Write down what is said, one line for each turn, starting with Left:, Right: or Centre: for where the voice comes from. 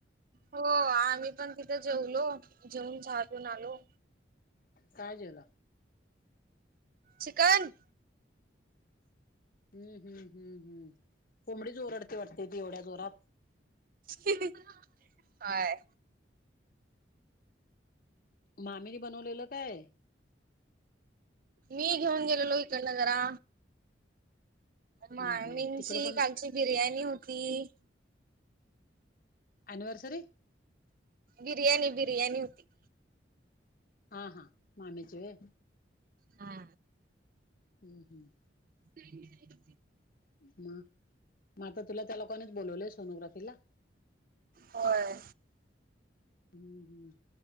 Right: हो, आम्ही पण तिथे जेवलो. जेवून झाडून आलो.
Left: काय जेवला?
Right: चिकन.
Left: हम्म-हम्म-हम्म-हम्म, कोंबडीच ओरडते वाटतं, ती एवढ्या जोरात.
Right: ही-ही होय.
Left: मामीनी बनवलेलं काय?
Right: मी घेऊन गेलेलो, इकडंन जरा. मामीची,
Left: हा हा तिकडं
Right: कालची बिर्याणी होती.
Left: <inaudible> ऍनिवर्सरी?
Right: बिर्याणी, बिर्याणी होती.
Left: हा, हा, मामीची होय?
Right: हा.
Left: हम्म्-हम्म्.
Right: <unintelligible>
Left: मग? आता तुला, त्या लोकांनीच बोलवलंय सोनोग्राफीला?
Right: होय.
Left: हम्म्.. हम्म.